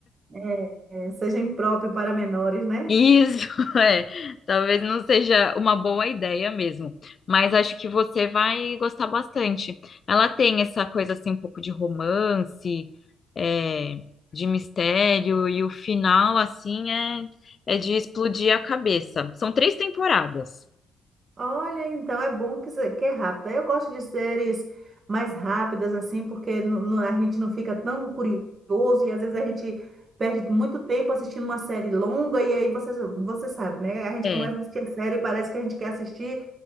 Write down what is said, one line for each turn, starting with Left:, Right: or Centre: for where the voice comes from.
Right: É, é, seja impróprio para menores, né?
Left: Isso <laughs> é, talvez não seja uma boa ideia mesmo, mas acho que você vai gostar bastante. Ela tem essa coisa assim, um pouco de romance, é, de mistério, e o final assim é, é de explodir a cabeça. São três temporadas.
Right: Olha, então é bom que, se- que é rápida. Eu gosto de séries mais rápidas assim, porque nu- nu- a gente não fica tão curioso e às vezes a gente perde muito tempo assistindo uma série longa e aí você, você sabe, né? A gente
Left: É.
Right: começa a assistir a série e parece que a gente quer assistir